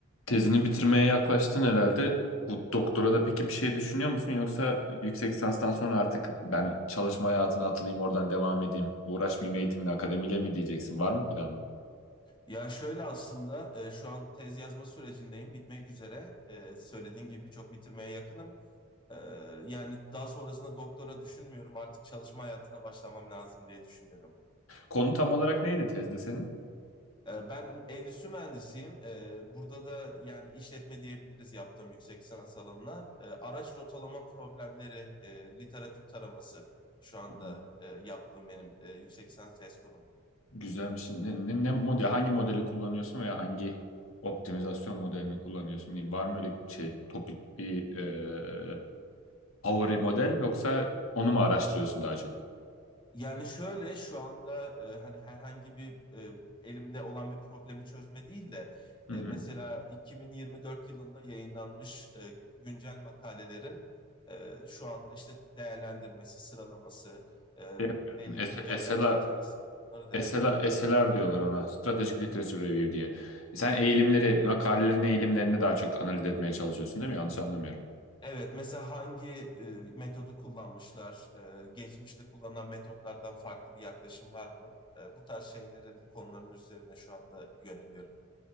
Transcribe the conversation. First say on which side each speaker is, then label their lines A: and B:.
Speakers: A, on the left; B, on the left.
A: Tezini bitirmeye yaklaştın herhalde. Bu doktora da peki bir şey düşünüyor musun? Yoksa yüksek lisanstan sonra artık ben çalışma hayatına atılayım, oradan devam edeyim, uğraşmayayım eğitimle, akademiyle mi diyeceksin? Var mı planın?
B: Ya şöyle aslında e, şu an tez yazma sürecindeyim. Bitmek üzere. E, söylediğin gibi çok bitirmeye yakınım. E, yani daha sonrasında doktora düşünmüyorum. Artık çalışma hayatına başlamam lazım diye düşünüyorum.
A: Konu tam olarak neydi tezde senin?
B: E, ben endüstri mühendisiyim. E, burada da yani işletme diyebiliriz yaptığım yüksek lisans alanına. E, araç rotalama problemleri, e, literatür taraması şu anda
A: Hmm,
B: e, yaptığım benim e, yüksek lisans tez konum.
A: Güzelmiş. Ne, ne, ne model, hangi modeli kullanıyorsun veya hangi optimizasyon modelini kullanıyorsun diyeyim. Var mı öyle şey, topik bir e, favori model yoksa onu mu araştırıyorsun daha çok?
B: Yani şöyle şu anda e, hani herhangi bir e, elimde olan bir problemi çözme değil de
A: Hı
B: e,
A: hı.
B: mesela 2024 yılında yayınlanmış e, güncel makalelerin e, şu anda işte değerlendirmesi, sıralaması, e,
A: Şey yapıyorsun,
B: belli kriterler
A: S- SLR
B: çerçevesinde bunları değerlendiriyor.
A: SLR, SLR diyorlar ona. Strategic Literature Review diye. Sen eğilimleri, makalelerin eğilimlerini daha çok analiz etmeye çalışıyorsun değil mi? Yanlış anlamıyorum.
B: Evet mesela hangi e, metodu kullanmışlar, e, geçmişte kullanılan metotlardan farklı bir yaklaşım var mı? E, bu tarz şeylerin konuların üzerine şu anda yöneliyorum.